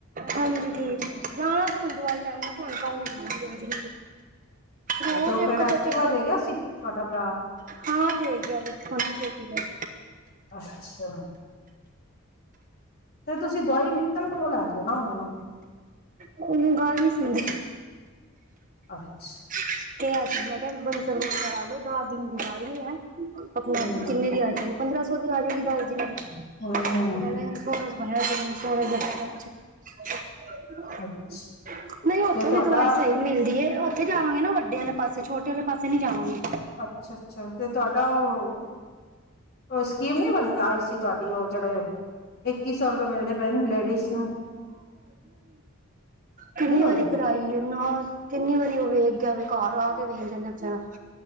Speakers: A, on the right; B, on the left.
A: ਹਾਂਜੀ ਠੀਕ ਹੈ। ਜਾਣਾ ਹੁਣ ਦਵਾਈ ਲੈਣ, ਮੈ ਕਹਾ ਹੁਣ ਕੱਲ ਹੀ ਜਾਵਾਗੀ ਰੋਜ,
B: ਤੇ ਉਹ ਫੇਰ
A: ਇਕ ਅੱਧਾ
B: ਐਕਟਿਵਾ
A: ਚਕਰ
B: ਦੇ ਗਿਆ ਸੀ ਤੁਹਾਡਾ ਭਰਾ
A: ਹਾਂ, ਦੇ ਗਿਆ ਹੁਣੇ ਦੇ ਕੇ ਗਿਆ
B: ਅਛਾ? ਤੇ ਤੁਸੀਂ ਦਵਾਈ, ਮਿਤਲ ਕੋਲੋ ਲਾ ਦਿਓ, ਨਾ ਉਹਨਾ ਨੂੰ
A: ਉਹ ਨੂੰ, ਗੱਲ ਨੀ ਸੁਣਦੀ
B: ਅੱਛਾ।
A: ਮੈਂ ਕਿਹਾ, ਡਿਸਪੈਂਸਰ ਕਰਾ ਲਓ, ਦਸ ਦਿਨ ਦੀ ਗੱਲ ਹੀ, ਐ ਆਪਣਾ,
B: ਹੂੰ
A: ਕਿੰਨੇ ਦੀ ਆ ਜਾਏਗੀ, ਪੰਦਰਾਂ ਸੌ ਦੀ ਆ ਜਾਏਗੀ, ਦਸ ਦੀ <unintelligible>
B: ਹੂੰ ਹੂੰ, ਅੱਛਾ
A: <inaudible> ਨਹੀ, ਉਥੋ
B: ਤੇ ਤੁਹਾਡਾ
A: ਵੀ ਦਵਾਈ ਸਹੀ ਮਿਲਦੀ ਏ ਉਥੇ ਜਾਵਾਗੇ ਨਾ ਵ ਵਡੇ ਵਾਲੇ ਪਾਸੇ, ਛੋਟੇ ਵਾਲੇ ਪਾਸੇ ਨਹੀ, ਜਾਵਾਗੇ
B: ਅੱਛਾ ਅੱਛਾ ਤੇ ਤੁਹਾਡਾ ਉਹ ਕੋਈ ਸਕੀਮ, ਨਈ ਬਣੀ, ਆਈ ਸੀ ਤੁਹਾਡੀ ਉਹ ਜਿਹੜੇ ਇਕੀ ਸੋ, ਰੁਪਏ ਮਿਲਦੇ ਪਏ ਲੇਡੀਜ਼ ਨੂੰ
A: ਕਿਨੀ
B: ਨਹੀਂ ਹੋਈ
A: ਵਾਰੀ ਕਰਾਈ ਏ ਨਾ, ਕਿਨੀ ਵਾਰੀ ਉਹ ਵੇਖ ਗਿਆ, ਘਰ ਆ ਕੇ ਵੇਖ ਜਾਦਾ ਵਿਚਾਰਾ